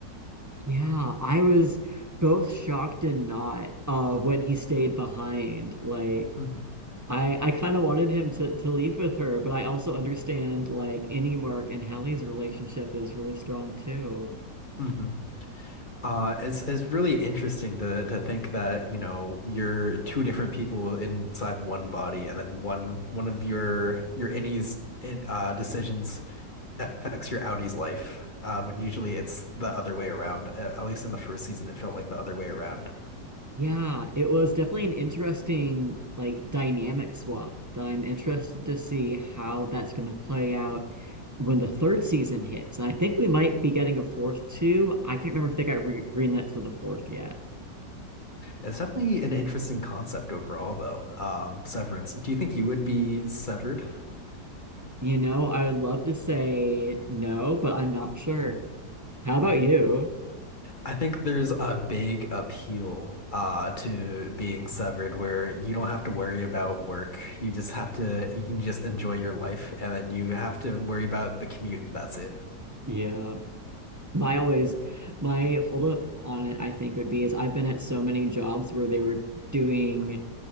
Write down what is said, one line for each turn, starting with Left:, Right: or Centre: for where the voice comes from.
Right: Yeah, I was both shocked and not uh when he stayed behind. Like
Left: hmm
Right: I I kind of wanted him to to leave with her, but I also understand like any Mark and Hallie's relationship is really strong too.
Left: hmm Uh, it's it's really interesting to to think that, you know, you're two different people inside one body and then one one of your your innies in, uh, decisions affects your Audie's life, uh, when usually it's the other way around. Uh, at least in the first season, it felt like the other way around.
Right: Yeah, it was definitely an interesting like dynamic swap that I'm interested to see how that's going to play out when the third season hits. I think we might be getting a fourth too. I can't remember if they got re greenlit for the fourth yet.
Left: It's definitely an interesting concept overall, though. Um, severance. Do you think you would be severed?
Right: You know, I would love to say no, but I'm not sure. How
Left: hmm
Right: about you?
Left: I think there's a big appeal uh, to being severed where you don't have to worry about work. You just have to, you can just enjoy your life and then you have to worry about the commute and that's it.
Right: Yeah. My always, my hold up on it, I think, would be is I've been at so many jobs where they were doing